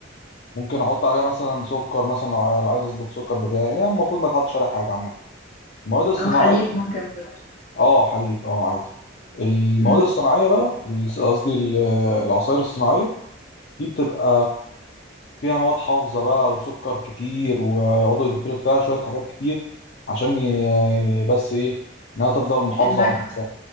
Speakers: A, on the left; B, on the left.
A: ممكن أحط عليها مثلا سكر مثلا لو عايز لو عايز أظبط السكر بتاعي هي المفروض ما تحطش عليها حاجة عامة المواد الصناعية
B: او حليب ممكن برضو
A: أه حليب أه عادي المواد
B: امم
A: الصناعية بقى ال- قصدي ال- العصائر الصناعية دي بتبقى فيها مواد حافظة بقى وسكر كتير ويقعدوا يضيفوا لك فيها شوية حاجات كتير عشان ي- بس إيه إنها تفضل محافظة
B: النكهه
A: على نفسها